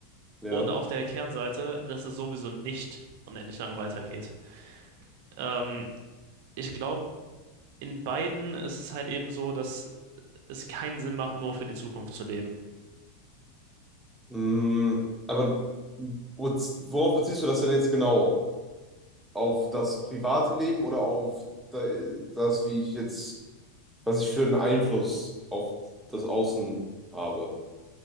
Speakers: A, in the centre; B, on the right.
A: ja.
B: Und auf der Kehrtseite, dass es sowieso nicht unendlich lang weitergeht. Ähm, ich glaube, in beiden ist es halt eben so, dass es keinen Sinn macht, nur für die Zukunft zu leben.
A: Mhm. Aber wo- worauf beziehst du das denn jetzt genau? Auf das private Leben oder auf de- das, wie ich jetzt, was ich für einen Einfluss auf das Außen habe?